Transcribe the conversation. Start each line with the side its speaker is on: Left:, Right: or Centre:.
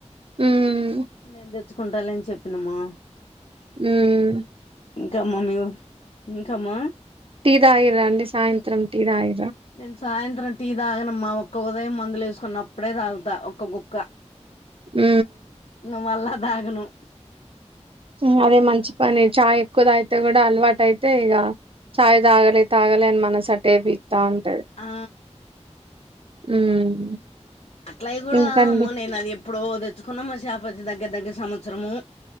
Right: మ్మ్
Left: నేను తెచ్చుకుంటాలే అని చెప్ ప్పినమా
Right: మ్మ్
Left: ఇంకా అమ్మా మీవు ఇంకమ్మా
Right: టీ తాగిర్రా అండి సాయంత్రం టీ తాగిర్ర
Left: నేను సాయంత్రం టీ తాగనమ్మా ఒక్క ఉదయం మందులు ఎసుకున్నప్పుడే తాగుతా ఒక్క గుక్క
Right: మ్
Left: నువ్ మళ్ళా దాగను
Right: మ్ అదే మంచి పని చాయ్ ఎక్కువ తగితే గూడ అలవాటు అయితే ఇగా చాయ్ తాగలె తాగలే అని మనసు అటే విక్తా ఉంటది
Left: ఆ
Right: ఉమ్
Left: అట్లయి గూడా
Right: ఇంకండి
Left: అమ్మ నేను అదేప్ ప్పుదో తెచ్చుకున్న మా షాపతి దగ్గర దగ్గర సంవత్సరము